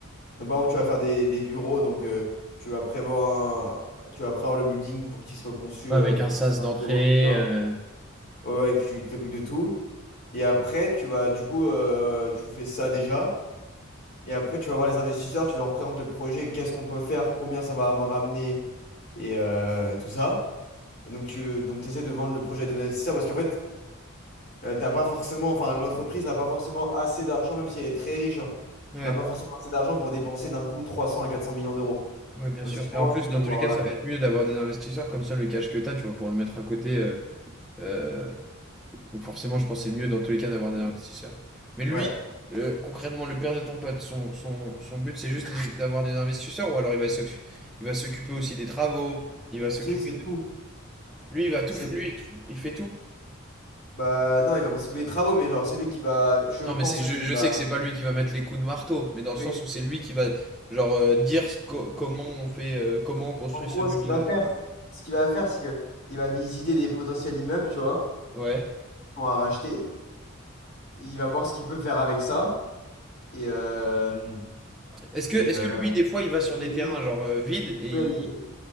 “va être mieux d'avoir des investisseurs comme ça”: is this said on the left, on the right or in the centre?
Centre